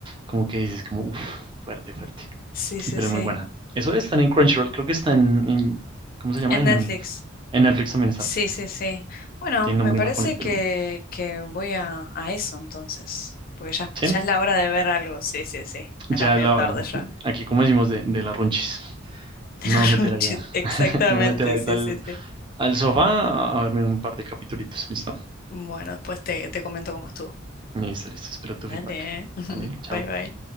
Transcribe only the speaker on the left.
Sí, sí,
sí.
En
Netflix.
Sí, sí, sí. Bueno,
me parece
que, que voy a, a eso entonces. Porque ya,
ya es la hora de ver algo. Sí, sí, sí.
Acá es medio
tarde
ya.
<laughs>
De
los
runchis.
Exactamente,
sí,
sí, sí.
Bueno, después te, te comento cómo estuvo.
Dale.
<laughs>
Bye, bye.